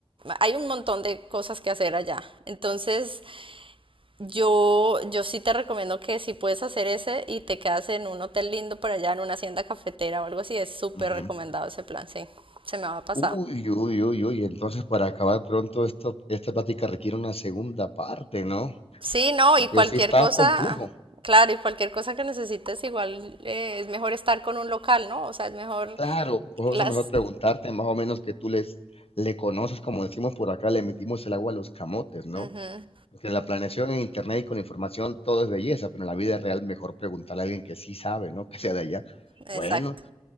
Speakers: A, on the right; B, on the left.
A: hay un montón de cosas que hacer allá. Entonces yo, yo sí te recomiendo que si puedes hacer ese y te quedas en un hotel lindo por allá, en una hacienda cafetera o algo así, es súper
B: ujú.
A: recomendado ese plan, sí, se me va a pasar.
B: Uy, uy, uy, uy. Entonces, para acabar pronto, esto, esta plática requiere una segunda parte, ¿no?
A: Sí, no,
B: Porque
A: y cualquier
B: sí está
A: cosa,
B: complejo.
A: claro, y cualquier cosa que necesites, igual eh, es mejor estar con un local, ¿no? O sea, es mejor
B: Claro, por
A: las...
B: eso mejor preguntarte más o menos que tú les, le conoces, como decimos por acá, le metimos el agua a los camotes, ¿no?
A: Ujú,
B: Porque la planeación en internet y con información todo es belleza, pero en la vida real mejor preguntarle a alguien que sí sabe, ¿no? <laughs> Que sea de allá.
A: exacto.
B: Bueno,